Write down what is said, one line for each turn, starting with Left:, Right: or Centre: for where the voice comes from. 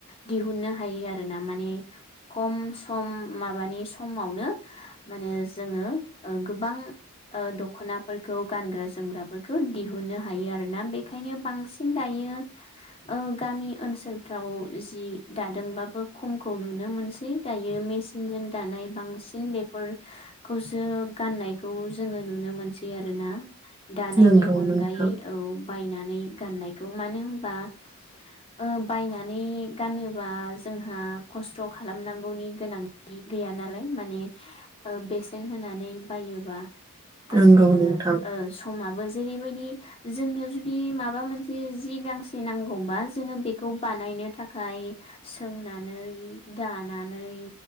Left: दिहुननो हायो आरो। ना माने खम सम माबानि समावनो माने जोङो ओ गोबां ओ दख'नाफोरखौ गानग्रा जोमग्राफोरखौ दिहुननो हायो आरोना बेखायनो बांसिन दायो ओ गामि ओनसोल फ्राव जि दादोंबाबो खमखौ नुनो मोनसै दायो मेचनजों दानाय बांसिन बेफोर खौसो गाननायखौ जोङो नुनो मोनसै आरोना। दानायनि
Right: नंगौ
Left: अनगायै
Right: नोंथां
Left: औ बायनानै गाननायखौ मानो होनबा ओ बायनानै गानोबा जोंहा खस्थ' खालामनां गौनि गोनांथि गैया नालाय माने ओ बेसेन होनानै बायोबा आ
Right: नंगौ
Left: जोङो
Right: नोंथां
Left: ओ समाबो जेरै बायदि जोंनो जुदि माबा मोनसे जि गांसे नांगौबा जोङो बेखौ बानाय नो थाखाय सोंनानै दानानै